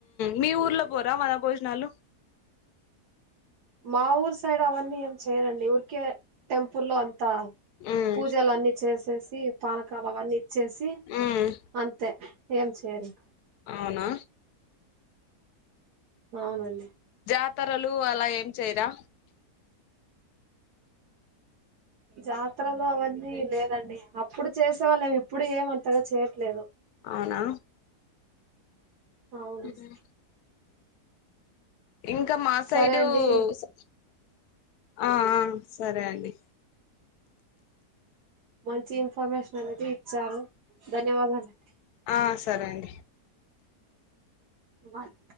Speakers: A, on the left; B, on the right.
A: మీ ఊర్లో పోరా వన భోజనాలు
B: మా ఊర్ సైడ్ అవన్నీ ఏం చేయరాండి ఊరికే టెంపుల్లో అం
A: ఉమ్
B: పూజలన్నీ చేసేసి పానకాల వన్నీ వచ్చేసి
A: ఉమ్
B: అంతే ఏం చేయరీక
A: అవునా
B: అవునండి
A: జాతరలు అలా ఏం చేయరా
B: జాతరలు అవన్నీ లేదండి అప్పుడు చేసేవాలే ఇప్పుడు ఏమంతగా చేయట్లేదు
A: అవునా
B: అవునండి
A: హ్మ్ ఇంకా మా సైడు
B: సరే అండి
A: స ఆ ఆ సరే అండి
B: మంచి ఇన్ఫర్మేషన్ అనేది ఇచ్చారు ధన్యవాదాలండి
A: ఆ సరే అండి
B: బత్